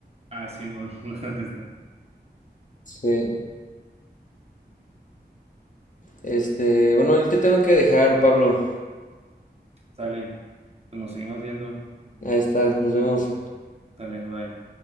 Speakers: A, on the right; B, on the left.
A: Ah, sí, bueno, <laughs> esta.
B: Sí. Este, bueno, yo te tengo que dejar, Pablo.
A: Sale, pues nos seguimos viendo.
B: Ahí está, nos vemos.
A: Sale, bye.